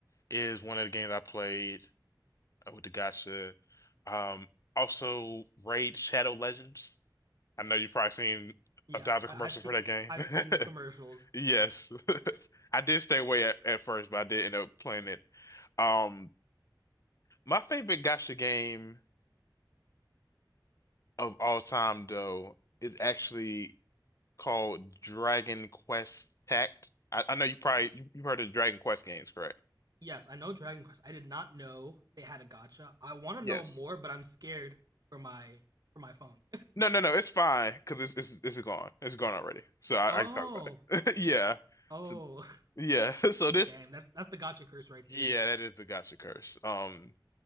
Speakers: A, on the left; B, on the right.
A: is one of the games I played uh, with the gacha. Um, also Raid Shadow Legends. I know you've probably seen
B: Yes,
A: a thousand
B: I,
A: commercials
B: I've seen
A: for that game.
B: I've
A: <laughs>
B: seen the commercials.
A: Yes.
B: Yes,
A: <laughs> I did stay away at, at first, but I did end up playing it. Um, my favorite gacha game of all time, though, is actually called Dragon Quest Tact. I, I know you probably you- you've heard of Dragon Quest games, correct?
B: yes, I know Dragon Quest. I did not know they had a gotcha. I want to
A: Yes.
B: know more, but I'm scared for my for my phone.
A: No, no, no. It's fine because it's, it's it's gone. It's gone already. So I,
B: <laughs> oh,
A: I can talk about it. <laughs> Yeah.
B: oh,
A: So, yeah. <laughs> So this.
B: dang, that's that's the gotcha curse right
A: Yeah,
B: there.
A: that is the gotcha curse. Um.